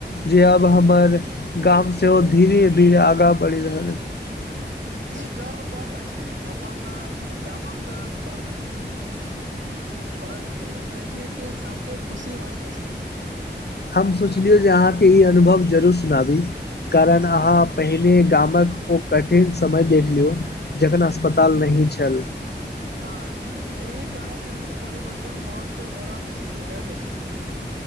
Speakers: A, on the left; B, on the right.
A: जे आब हमर गाम सेहो धीरे धीरे आगाँ बढ़ि रहल अइछ
B: ई गर्व बात अइछ अपन गामक पर प्रगति देख कऽ सबके खुशी होइत छै
A: हम सोचलियौ जे अहाँके ई अनुभव जरूर सुनाबी कारण अहाँ पहिने गामक ओ कठिन समय देख लियउ जखन अस्पताल नय छल
B: हँ एहि कारणे ई परवर्तन महत्व ओरा बेसी बुझाइत छी